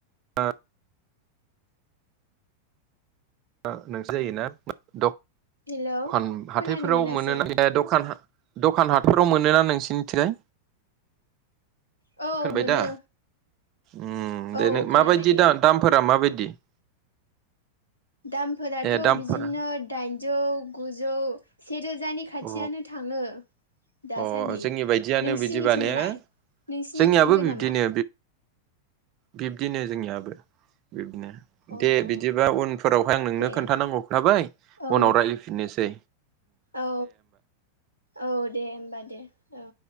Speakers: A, on the right (about 40°); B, on the left (about 80°).
A: हो हो नोंसो जायोना द दखान
B: हेलौ खोनानो
A: हाथायफोराव
B: मोनासै
A: मोनो ना दखान दखान हातफोराव मोनोना नोंसिनिथिंजाय
B: औ
A: खोनाबाय
B: मोनो
A: दा उम
B: औ खोनाबाय
A: माबायदि
B: दे
A: दा दामफोरा माबायदि <inaudible>
B: दामफोराथ'
A: ए दामफोरा
B: बिदिनो दाइन जौ गुजौ सेेरोजानि खाथियानो
A: अ
B: थाङो दासान्दि
A: अ जोंनि बायदियानो
B: नोंसिनिथिंलाय
A: बिदिबा ने
B: नोंसिनिथिंबो
A: जोंनियाबो बिब्दिनो
B: नामा
A: बिब्दिनो जोंनियाबो बिब्दिनो
B: अ
A: दे बिदिबा उनफोरावहाय आं नोंनो
B: दे
A: खोन्थानांगौ खोथाबाय
B: औ
A: उनाव रायजलायफिननोसै
B: औ औ दे होमबा दे औ